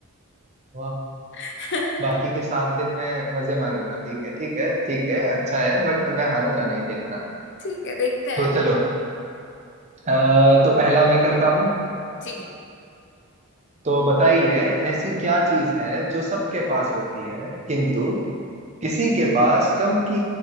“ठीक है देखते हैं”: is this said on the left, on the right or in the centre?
Left